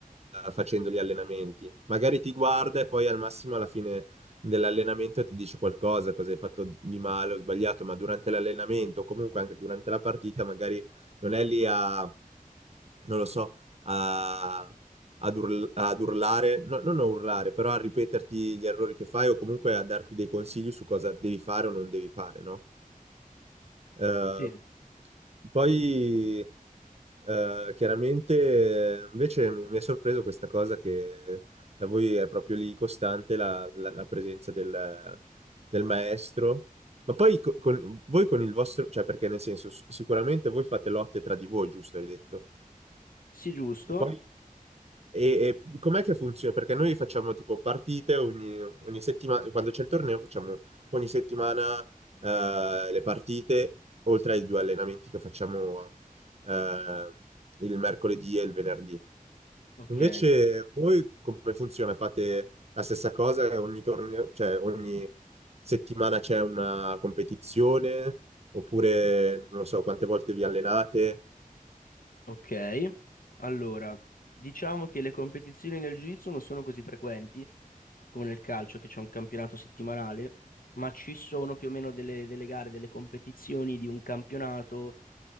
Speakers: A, on the right (about 45°); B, on the left (about 70°).
A: facendo gli allenamenti. Magari ti guarda e poi al massimo alla fine dell'allenamento ti dice qualcosa, cosa hai fatto di male o sbagliato, ma durante l'allenamento o comunque anche durante la partita magari non è lì a, non lo so, a... Ad, url- ad urlare, no, non a urlare, però a ripeterti gli errori che fai o comunque a darti dei consigli su cosa devi fare o non devi fare, no? Eh,
B: Sì,
A: poi eh, chiaramente eh, invece mi mi è sorpreso questa cosa che da voi è proprio lì costante la, la- la presenza del, del maestro. Ma poi co- con, voi con il vostro, cioè perché nel senso, s- sicuramente voi fate lotte tra di voi, giusto, hai detto.
B: sì, giusto.
A: Poi e, e com'è che funziona? Perché noi facciamo tipo partite ogni, ogni settimana, quando c'è il torneo facciamo ogni settimana eh, le partite, oltre ai due allenamenti che facciamo eh, il mercoledì e il venerdì.
B: Ok,
A: Invece voi come funziona? Fate la stessa cosa? Ogni torneo, cioè ogni settimana c'è una competizione? Oppure non lo so quante volte vi allenate?
B: ok. Allora, diciamo che le competizioni nel jiu-jitsu non sono così frequenti come nel calcio, che c'è un campionato settimanale, ma ci sono più o meno delle, delle gare, delle competizioni di un campionato,